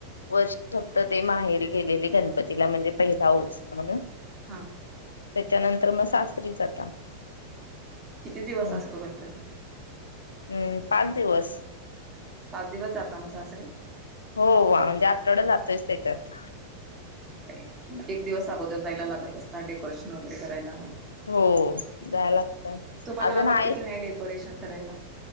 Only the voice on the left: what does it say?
वर्ष फक्त ते माहेरी गेलेले गणपतीला म्हणजे. पहिला म्हणून.
त्याच्यानंतर मग सासरीच आता.
हम्म
हम्म पाच दिवस
हो म्हणजे आठवडा जातोयच त्याच्यात
हो जायला लागतय
अजून
आहे